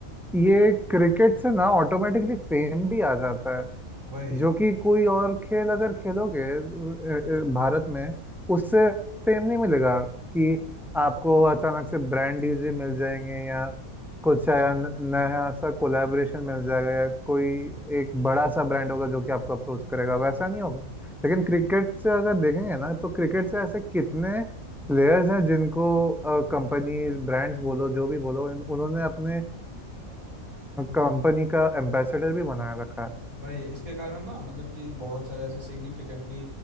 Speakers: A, in the centre; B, on the right.
A: ये क्रिकेट से ना ऑटोमेटिकली फेम भी आ जाता है
B: वही
A: जो कि कोई और खेल अगर खेलोगे अ, अ, भारत में उससे फेम नहीं मिलेगा कि आपको अचानक से ब्रांड डील जी मिल जाएंगे या कुछ अ, न- नया सा कोलैबोरेशन मिल जाएगा या कोई एक बड़ा सा ब्रांड होगा जो कि आपको अप्रोच करेगा वैसा नहीं होगा लेकिन क्रिकेट से अगर देखेंगे ना तो क्रिकेट से ऐसे कितने प्लेयर्स हैं जिनको कंपनीज ब्रांड्स बोलो जो भी बोलो इन- उन्होंने अपने कंपनी का एम्बेसडर भी बनाए रखा है
B: वही इसके कारण ना मतलब कि बहुत सारे ऐसे सिग्निफिकेंटली